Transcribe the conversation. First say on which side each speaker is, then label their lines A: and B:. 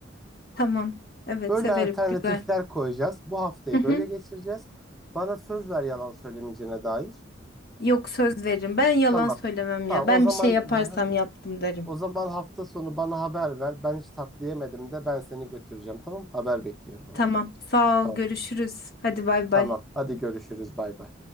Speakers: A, on the left (about 55°); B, in the centre.
A: Tamam. Evet
B: Böyle
A: severim.
B: alternatifler
A: Güzel.
B: koyacağız. Bu haftayı
A: Hı hı.
B: böyle geçireceğiz. Bana söz ver yalan söylemeyeceğine dair.
A: Yok söz veririm. Ben yalan
B: Tamam.
A: söylemem
B: Tamam.
A: ya. Ben
B: O zaman
A: bir şey yaparsam
B: hı hı.
A: yaptım derim.
B: o zaman hafta sonu bana haber ver. Ben hiç tatlı yemedim de ben seni götüreceğim. Tamam? Haber bekliyorum o
A: Tamam.
B: zaman.
A: Sağ
B: Tamam.
A: ol. Görüşürüz. Hadi bay bay.
B: Tamam. Hadi görüşürüz. Bay bay.